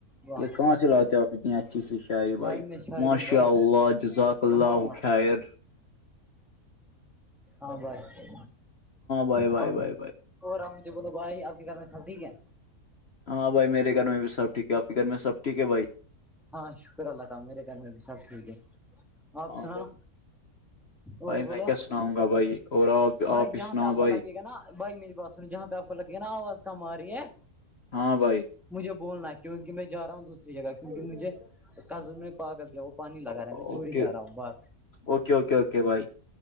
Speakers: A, in the centre; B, on the left.
A: واہ
B: یہ کہاں سے لاتے ہو آپ اتنی اچھی سی شاعری بھائی
A: میں شاعر
B: ماشاء
A: ہوں بھائی
B: اللہ جزاک اللہ
A: مورما
B: خیر
A: ہاں بھائی
B: بھائی بھائی
A: ہاں
B: بھائی بھائی
A: اور رامج بولو باہائی آرد کرنے سب ٹھیک ہے
B: ہاں بھائی میرے گھر میں بھی سب ٹھیک کیا آپ کے گھر میں سب ٹھیک ہے بھائی
A: ہاں شکر اللہ کام میرے گھر میں بھی سب ٹھیک ہے آپ
B: ہاں
A: سناؤ
B: بھائی بھائی
A: اور بولو
B: میں کیا سناؤں گا بھائی اور آپ
A: بھائی
B: ہی
A: جہاں
B: سناؤ
A: پہ آپ
B: بھائی
A: کو لگے گا نا بھائی میری بات س جہاں پہ آپ کو لگے ہے نا آواز کم آ رہی ہے
B: ہاں بھائی
A: مجھے بولنا ہے کیونکہ میں جا رہا ہوں دوسری جگہ کیونکہ مجھے کزن نے پاگل کیا پانی لگا رہا
B: اوکے
A: میں چوری جا رہا ہوں بات
B: اوکے اوکے اوکے بھائی